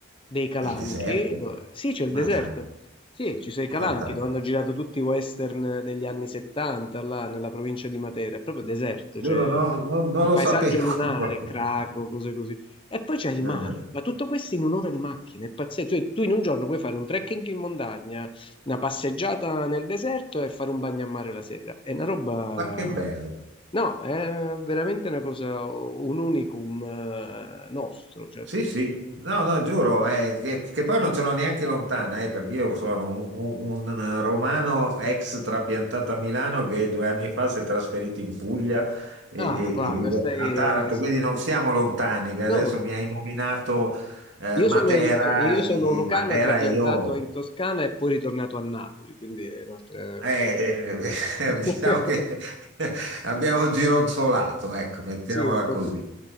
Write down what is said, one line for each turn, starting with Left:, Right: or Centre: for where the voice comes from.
Left: dei Calanchi,
Right: il deserto,
Left: dove- sì c'è il
Right: ma
Left: deserto,
Right: dai.
Left: sì ci sono i Calanchi
Right: Fantastico.
Left: dove hanno girato tutti i western degli anni 70 là nella provincia di Matera, è proprio deserto,
Right: Giuro,
Left: cioè
Right: no, no- non
Left: un
Right: lo
Left: paesaggio
Right: sapevo.
Left: lunare,
Right: <laughs>
Left: Craco, cose così. E poi c'è il
Right: Eh,
Left: mare, ma tutto questo in un'ora di macchina, è pazzesco. Cioè, tu in un giorno puoi fare un trekking in montagna, una passeggiata nel deserto e fare un bagno a mare la sera. È una roba...
Right: Ma che bello.
Left: No, è veramente una cosa, un unicum eh, nostro, cioè
Right: Sì,
Left: perché...
Right: sì. No, no, giuro, eh, che, che poi non ce l'ho neanche lontana, eh, perché io sono un, un- un romano ex trapiantato a Milano che due anni fa si è trasferito in Puglia e,
Left: Ah,
Right: e-
Left: guarda,
Right: e vive
Left: stai...
Right: a Taranto, quindi non siamo lontani. Beh,
Left: No,
Right: Adesso mi hai nominato eh,
Left: io
Right: Matera
Left: sono, io
Right: e,
Left: sono un lucano,
Right: e Matera
Left: trapiantato
Right: io
Left: in Toscana e poi ritornato a Napoli, quindi è un'altra...
Right: Eh, <laughs>
Left: <laughs>
Right: diciamo che <laughs> abbiamo gironzolato, ecco, mettiamola
Left: sì, un pochino,
Right: così.
Left: un